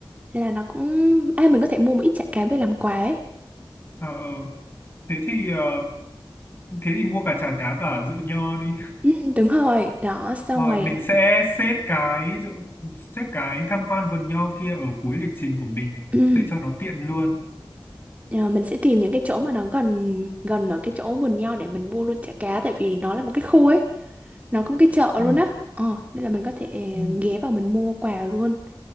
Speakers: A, on the right; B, on the left.
A: nên là nó cũng à mình có thể mua một ít chả cá về làm quà ấy
B: Ờ, ờ. thế thì ờ, thế thì mua cả chả cá cả rượu nho đi.
A: ừ, <laughs> đúng rồi đó xong
B: Rồi
A: rồi
B: mình sẽ xếp cái rượu- xếp cái tham quan vườn nho kia ở cuối lịch trình của mình
A: <clears throat> ừ,
B: để cho nó tiện luôn.
A: ờ, mình sẽ tìm những cái chỗ mà nó gần gần ở cái chỗ vườn nho để mình mua luôn chả cá tại vì nó là một cái khu ấy nó có một cái chợ
B: Ừ,
A: luôn á ờ nên là mình có thể
B: ừ.
A: ghé vào mình mua quà luôn